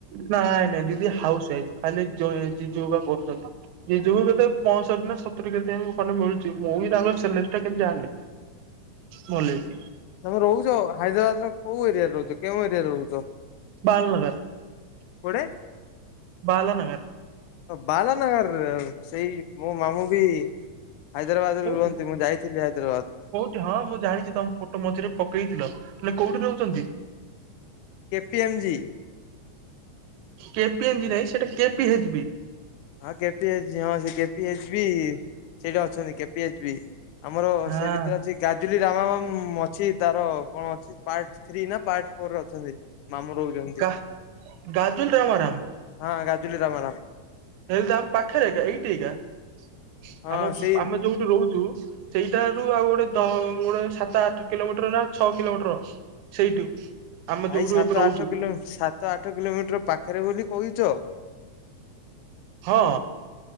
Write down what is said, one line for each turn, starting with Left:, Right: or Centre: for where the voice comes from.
Right: ନାଇଁ ନାଇଁ ଦିଦି ହାଉସୱାଇଫ୍ ଖାଲି ଯ ଜିଯୁ ଏକା କରୁଛନ୍ତି ଜଜୁ କେତେ ପଞ୍ଚଷଠି ନା ସତୁରି କେତେ ଖଣ୍ଡେ ମିଳୁଚି ମୁଁ ବି ତାଙ୍କ ଜାଣିଲେ ଭୁଲ କି
Left: ତମେ ରହୁଚ ହାଇଦ୍ରାବାଦ ର କୋଉ ଏରିଆରେ ରହୁଚ କେଉଁ ଏରିଆରେ ରହୁଚ?
Right: <unintelligible>
Left: କୁଆଡ଼େ?
Right: <unintelligible>
Left: ବାଲା ନଗର ସେଇ ମୋ ମାମୁଁ ବି ହାଇଦ୍ରାବାଦରେ
Right: କୋଉଠି
Left: ରୁହନ୍ତି ମୁଁ ଯାଇଥିଲି ହାଇଦ୍ରାବାଦ
Right: କୋଉଠି ହଁ ମୁଁ ଜାଣିଚି ତମ ଫଟୋ ମଝିରେ ପକେଇଥିଲ। ହେଲେ କୋଉଠି ରହୁଛନ୍ତି?
Left: K P M G.
Right: କେପି ଏ ନାଇଁ ସେଇଟା କେପି ହେ <unintelligible>
Left: ହଁ କେପି ଏଚ ହଁ ସେ କେପି ଏଚ ବି ସେଇଟା ଅଛନ୍ତି କେପି ଏଚ ବି। ଆମର
Right: ହଁ
Left: ସେ ଭିତରେ <unintelligible> ରାମାମ ଅଛି ତାର କଣ ଅଛି ପାର୍ଟ ଥ୍ରୀ ନା ପାର୍ଟ ଫୋରରେ ଅଛ ମାମୁଁ ରହୁଛନ୍ତି
Right: ଗା ଗାଜୁଲ ରାମାରାମ
Left: ହଁ ଗାଜଲି ରାମ
Right: ହେଲେ ତ ଆମ ପାଖରେ ଏକ ଏକା ଏଇଠି ଏକ ଏକା
Left: ହଁ
Right: ଆମ
Left: ସେଇ
Right: ଆମେ ଯୋଉଠି ରହୁଛୁ ସେଇଟାରୁ ଆଉ ଗୋଟେ ଦ ଗୋଟେ ସାତ ଆଠ କିଲୋମିଟର ନା ଛଅ କିଲୋମିଟର ସେଇଠୁ ଆମେ
Left: ଭାଇ
Right: ଯୋଉଠୁ
Left: ସାତ
Right: ଏବେ ରହୁଛୁ
Left: ଆଠ କିଲୋମିଟର ସାତ ତ ଆଠ କିଲୋମିଟର ପାଖରେ ବୋଲି କହୁଛ
Right: ହଁ।